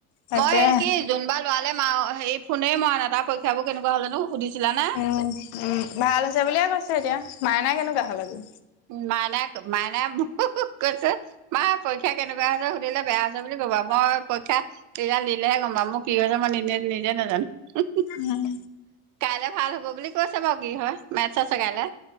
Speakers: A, on the left; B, on the right.
A: তাকে
B: মই এই কি জুন বাই লৰালে ম হেৰি ফোনেই মৰা নাই তা পৰীক্ষাবোৰ কেনেকুৱা হ'ল জানো? সুধিছিলা নে?
A: উম উম ভাল হৈছে বুলিয়ে কৈছে এতিয়া। মাইনা কেনেকুৱা হ'ল আজি?
B: মাইনাই মাইনাই কৈছে মা পৰীক্ষা কেনেকুৱা হৈছে সুধিলে বেয়া হৈছে বুলি কবা মই পৰীক্ষা ৰিজাল্ট দিলেহে গম পাম মোৰ কি হৈছে মই নিজে নাজানো।
A: উম।
B: কাইলে ভাল হ'ব বুলি কৈছে বাও কি হয় মেথছ আছে কাইলে।